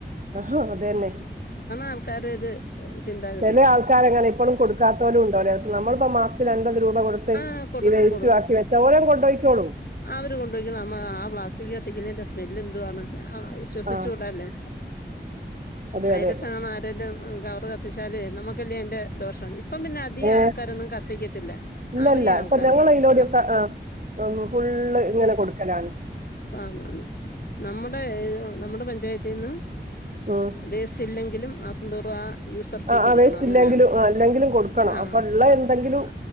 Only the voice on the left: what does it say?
ആൾക്കാരുടെ ഒരു ഏഹ്, ചിന്താഗതി
ആഹ് കൊടുക്കും
ആ ആവര് കൊണ്ടപോയ് ആ പ്ലാസ്റ്റിക്ക് കത്തിക്കുന്നതിന്റെ സ്മെല്ലെന്തുവാണ് ആ, ശ്വസിച്ചുകൂടല്ലേ.
അയിലത്തങ്ങാണും
ആരേല്ലും ഉം കവറ് കത്തിച്ചാല് നമ്മുക്കല്ലേ അയി ന്റെ ദോഷം ഇപ്പം പിന്ന അധികം
ആൾക്കാരൊന്നും കത്തിക്കത്തില്ല
അറിയാം ആൾക്കാർക്ക്
ആ
ആന്നാന്ന്‌ നമ്മ നമ്മുടെ പഞ്ചായത്തിന്ന്
വേസ്റ്റ് ഇല്ലെങ്കിലും മാസംന്തോറും ആ യൂസർ ഫീ
കൊടുക്കണം.
അങ്ങനേ
ണ്.
ആ
ആ